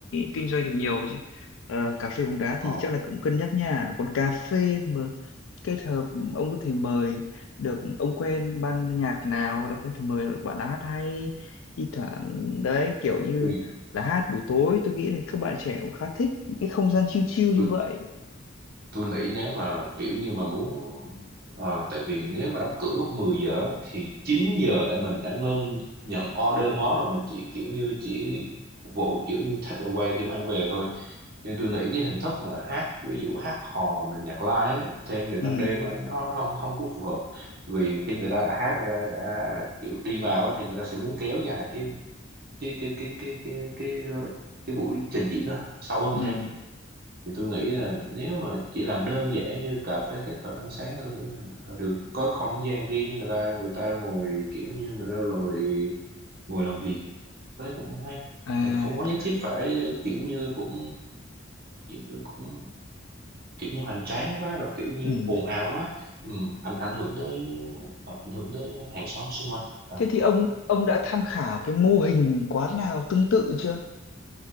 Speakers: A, on the left; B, on the right.
A: kinh doanh được nhiều chứ Ờ, cà phê bóng đá
B: Ờ,
A: thì chắc là cũng cân nhắc nha còn cà phê mà kết hợp ông có thể mời được ông quen ban nhạc nào hoặc là không thể mời được bạn nào hát hay thi thoảng đấy kiểu như
B: tôi,
A: là hát buổi tối tôi nghĩ là các bạn trẻ cũng khá thích những cái không gian chill chill như
B: tôi,
A: vậy
B: tôi nghĩ nếu mà kiểu như mà muốn à, tại vì nếu mà đóng cửa lúc 10 giờ á, thì 9 giờ đã mình đã ngưng nhận order món rồi mình chỉ kiểu như chỉ phục vụ kiểu như take away kiểu mang về thôi nên tôi nghĩ cái hình thức mà hát ví dụ hát hò mà nhạc live á, thêm về ban
A: ừ
B: đêm á, nó, nó không không có phù hợp vì khi người ta đã hát người ta đã kiểu đi vào á, thì người ta sẽ muốn kéo dài cái cái cái cái cái cái cái cái buổi trình diễn đó sâu hơn
A: ừ
B: thêm thì tôi nghĩ là nếu mà chỉ làm đơn giản như cà phê kết hợp ăn sáng tôi nghĩ là phải được có không gian riêng người ta người ta ngồi kiểu như người ta ngồi ngồi làm việc thế cũng hay
A: À,
B: Ờ, không quá nhất thiết phải kiểu như cũng như- cũng kiểu như hoành tráng quá rồi kiểu như
A: ừ.
B: ồn ào quá ừ, ảnh ảnh hưởng tới ờ, ảnh hưởng tới hàng xóm xung quanh à,
A: Thế thì ông ông đã tham khảo cái mô hình quán nào tương tự chưa?